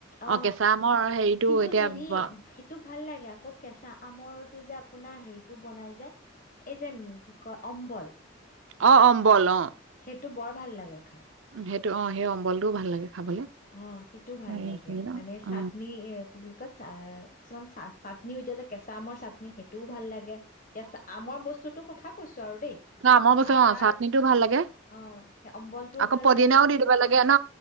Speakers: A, on the left (about 40°); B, on the right (about 75°).
A: অ
B: কেঁচা আমৰ হেৰিটো
A: কিন্তু
B: এতিয়া
A: হেৰি
B: ব-
A: সেইটো ভাল লাগে আকৌ কেঁচা আমৰটো যে আঁ আপোনাৰ হেৰিটো বনাই যে এই যে কি কয় অম্বল।
B: অ অম্বল অ
A: সেইটো বৰ ভাল লাগে খাই
B: সেইটো অ সেই অম্বলটোও ভাল লাগে। খাবলে
A: অ সেইটোও ভাল
B: এই
A: লাগে
B: সেইকেইটা,
A: মানে
B: অ
A: চাটনি এ কি বুলি কয় চা কিছুমান চা চাটনিও এতিয়া যে কেঁচা আমৰ চাটনি সেইটোও ভাল লাগে কেঁচা আমৰ বস্তুতোৰ কথা কৈছো আৰু দেই
B: অ অমৰ বস্তু
A: আচাৰ
B: অ চাটনিটো ভাল লাগে
A: অ', সেই অম্বলটোও
B: আকৌ
A: ভাল
B: পদিনাও
A: লাগে
B: দি দিব লাগে ন